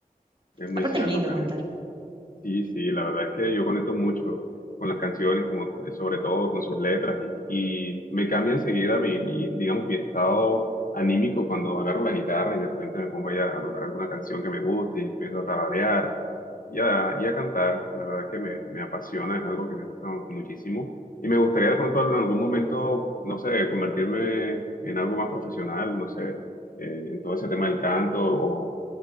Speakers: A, on the left; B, on the right.
A: Es muy
B: Aparte
A: cierto,
B: es lindo
A: que
B: cantar.
A: Sí, sí, la verdad es que yo conecto mucho con las canciones, como, eh, sobre todo con sus letras, y, y me cambia enseguida mi, mi, digamos, mi estado anímico cuando agarro la guitarra y de repente me pongo ahí a, a tocar alguna canción que me guste y empiezo a tararear y a, y a cantar. La verdad es que me, me apasiona, es algo que me gusta muchísimo. Y me gustaría de pronto en algún momento, no sé, convertirme en algo más profesional, no sé, eh, en todo ese tema del canto o,